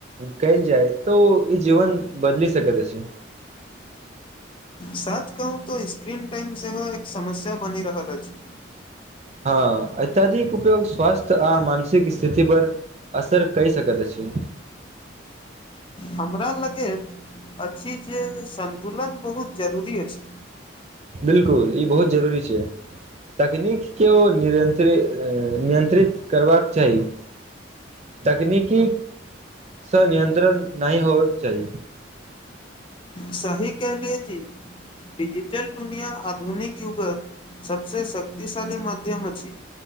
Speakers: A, on the right; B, on the left.
A: कैल जाय तो ई जीवन बदलि सकैत अछी
B: साच कहू तो स्क्रीन टाइम सेहो एक समस्या बनी रहल अछि।
A: हऽ अत्यधिक उपयोग स्वास्थ्य आ मानसिक स्थिति पर असर कै सकैत अछि।
B: हमरा लगैत अछि जे संतुलन बहुत जरूरी अछि।
A: बिल्कुल ई बहुत जरूरी छै। तकनीक केँ ओ नियंत्रित <unintelligible> नियंत्रित करबाक चाही। तकनीकी स नियंत्रण नहीं होवै कऽ चाही।
B: सही कहलियए जी <inaudible> डिजिटल दुनिया आधुनिक युग सबसे शक्तिशाली माध्यम अछि।